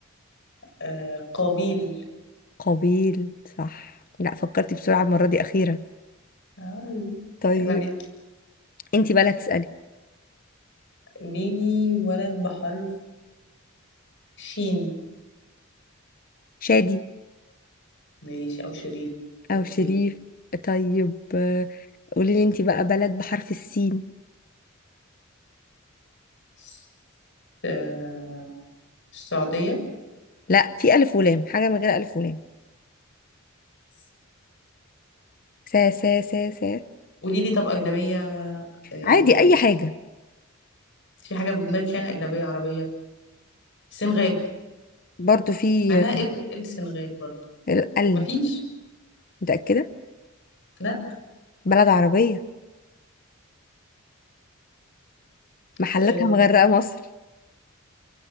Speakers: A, on the left; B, on the left.
A: آه قابيل
B: قابيل صح لا فكرتي بسرعة المرة دي أخيرا
A: آه،
B: طيب
A: عيب عليك
B: انتي بقى اللي هتسألي
A: قوليلي ولد بحرف الشين
B: شادي
A: ماشي أو شريف أوكي
B: أو شريف طيب آه، قولي لي انتي بقى بلد بحرف السين
A: س- آه السعودية
B: لا في ألف ولام حاجة من غير ألف ولام
A: س-
B: سا سا سا سا
A: قوليلي طب أجنبية آه
B: عادي أي حاجة
A: في حاجة في دماغك يعني أجنبية عربية سنغال
B: برضو في
A: أنا
B: آه،
A: إيه ال- إيه السنغال برضه
B: ال ال.
A: مفيش
B: متأكدة
A: لا
B: بلد عربية محلاتها
A: آه
B: مغرقة مصر